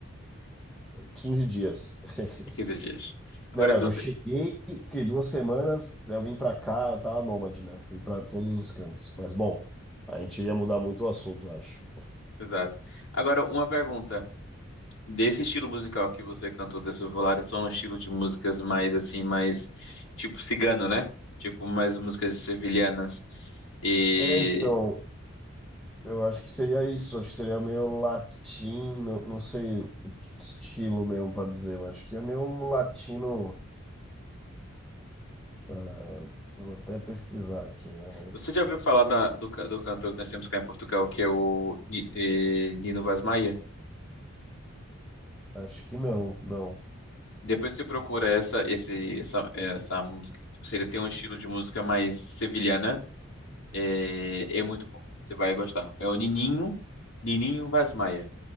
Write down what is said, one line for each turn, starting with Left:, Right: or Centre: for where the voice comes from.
Centre: 15 dias. <laughs>
Left: 15 dias. Agora,
Centre: Não, não,
Left: se você...
Centre: eu cheguei, fiquei duas semanas, daí eu vim pra cá, eu tava nômade, né? Fui pra todos os cantos. Mas, bom, a gente iria mudar muito o assunto, eu acho.
Left: Exato. Agora, uma pergunta. Desse estilo musical que você cantou, desse Volaris, são um estilo de músicas mais, assim, mais... Tipo cigano, né? Tipo, mais músicas sevilhanas. e
Centre: É, então, eu acho que seria isso, acho que seria meio latino, não sei o estilo mesmo pra dizer, mas acho que é meio um latino. ah, eu vou até pesquisar aqui, né? Mas
Left: Você já ouviu falar da- do, ca- do cantor que nós temos cá em Portugal, que é o Ni- eh, Nino Vaz Maia?
Centre: acho que não, não.
Left: Depois você procura essa, esse, essa, essa música. Tipo, se ele tem um estilo de música mais sevilhana, é, é muito bom. Você vai gostar. É o Nininho, Nininho Vaz Maia.